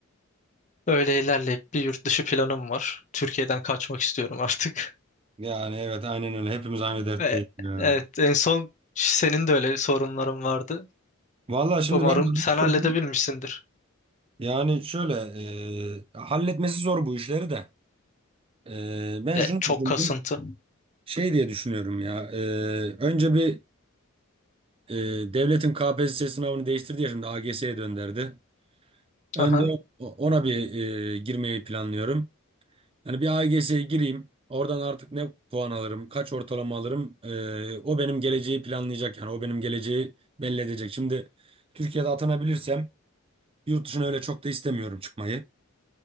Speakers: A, on the left (about 35°); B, on the right (about 25°).
A: öyle ilerleyip bir yurt dışı planım var. Türkiye'den kaçmak istiyorum artık.
B: Yani evet aynen öyle. Hepimiz aynı
A: <laughs>
B: dertteyiz.
A: Ve
B: ya.
A: evet en son senin de öyle sorunların vardı.
B: Vallahi şimdi
A: Umarım
B: ben de
A: sen
B: araştırdım.
A: halledebilmişsindir.
B: Yani şöyle e, halletmesi zor bu işleri de. E, ben
A: De,
B: şunu
A: çok
B: düşündüm.
A: kasıntı.
B: Şey diye düşünüyorum ya. e, önce bir e, devletin KPSS sınavını değiştirdi ya şimdi AGS'ye dönderdi. Önde
A: Aha.
B: o- ona bir e, girmeyi planlıyorum. Yani bir AGS'ye gireyim. Oradan artık ne puan alırım, kaç ortalama alırım. e, o benim geleceği planlayacak yani. O benim geleceği belli edecek. Şimdi Türkiye'de atanabilirsem Yurt dışına öyle çok da istemiyorum çıkmayı.